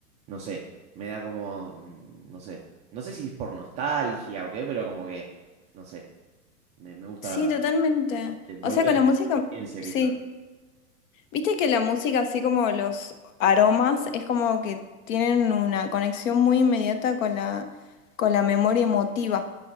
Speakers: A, on the right; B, on the left.
A: no sé, me da como, mm, no sé, no sé si es por nostalgia o qué, pero como que, no sé, me, me gusta
B: Sí, totalmente.
A: eh, volver
B: O sea, con
A: a tener
B: la música,
A: esa experiencia
B: sí.
A: quizás.
B: Viste que la música, así como los aromas, es como que tienen una conexión muy inmediata con la, con la memoria emotiva.